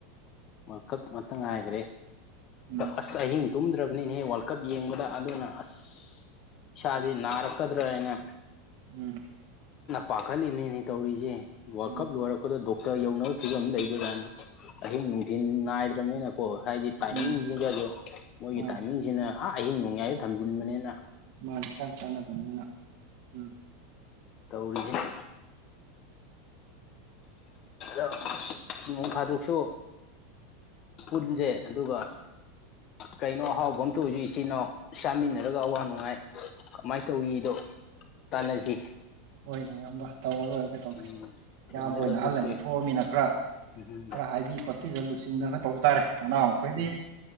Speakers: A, on the left; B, on the right.
A: ꯋꯥꯔꯜ ꯀꯞ ꯑꯃꯇꯪ ꯉꯥꯏꯈ꯭ꯔꯦ
B: ꯎꯝ
A: ꯑꯁ ꯑꯍꯤꯡ ꯇꯨꯝꯗ꯭ꯔꯕꯅꯤꯅꯦꯍꯦ ꯋꯥꯔꯜ ꯀꯞ ꯌꯦꯡꯕꯗ ꯑꯗꯨꯅ ꯑꯁ ꯁꯥꯖꯤ ꯅꯥꯔꯛꯀꯗ꯭ꯔꯥ ꯍꯥꯏꯅ
B: ꯎꯝ
A: ꯄꯥꯈꯠꯂꯤꯅꯤꯅꯦ ꯇꯧꯔꯤꯁꯦ ꯋꯥꯔꯜ
B: ꯎꯝ ꯎꯝ
A: ꯀꯞ ꯂꯣꯏꯔꯛꯄꯗ ꯗꯣꯛꯇꯔ ꯌꯧꯅꯕ ꯐꯤꯕꯝ ꯂꯩꯗꯔꯅ ꯑꯍꯤꯡ ꯅꯨꯡꯊꯤꯤꯟ ꯅꯥꯏꯗ꯭ꯔꯕꯅꯤꯅ ꯑꯣ ꯍꯥꯏꯗꯤ ꯇꯥꯏꯃꯤꯡꯁꯤꯡꯒꯁꯨ
B: ꯎꯝ
A: ꯃꯣꯏꯒꯤ
B: ꯍꯣꯏ
A: ꯇꯥꯏꯃꯤꯡꯁꯤꯅ ꯑ ꯑꯍꯤꯡ ꯅꯣꯡꯌꯥꯏꯗ ꯊꯝꯖꯤꯟꯕꯅꯤꯅ
B: ꯃꯥꯗꯤ ꯆꯥ ꯆꯥꯟꯅꯗꯕꯅꯤꯅ ꯎꯝ
A: ꯇꯧꯔꯤꯖ ꯑ ꯅꯣꯡ ꯐꯥꯗꯣꯛꯁꯨ ꯄꯨꯟꯁꯦ ꯑꯗꯨꯒ ꯀꯩꯅꯣ ꯑꯍꯥꯎꯕ ꯑꯃꯇ ꯑꯣꯏꯁꯨ ꯏꯆꯤ ꯏꯅꯥꯎ ꯆꯥꯃꯤꯟꯅ ꯅꯔꯒ ꯑꯋꯥ ꯅꯨꯡꯉꯥꯏ ꯀꯃꯥꯏꯅ ꯇꯧꯔꯤꯗꯣ ꯇꯥꯟꯅꯁꯤ
B: ꯍꯣꯏꯅꯦ ꯌꯥꯝꯕ ꯇꯧꯔ ꯂꯣꯏꯔꯒꯦ ꯇꯧꯒꯦ
A: ꯎꯝ ꯊꯦꯡꯅꯗꯕꯁꯨ
B: ꯏꯌꯥꯝꯕ ꯑꯣꯏꯅ ꯍꯜꯂꯁꯨ
A: ꯀꯨꯏꯔꯦ
B: ꯊꯣꯛ ꯊꯣꯛꯣꯛꯑꯃꯤꯅ ꯈꯔ
A: ꯎꯝ
B: ꯈꯔ ꯍꯥꯏꯕꯤ ꯈꯣꯠꯄꯤꯗ ꯂꯨꯆꯤꯡꯗ ꯈ ꯇꯧꯕ ꯇꯥꯔꯦ ꯅꯅꯥ ꯃꯈꯩꯗꯤ
A: ꯎꯝ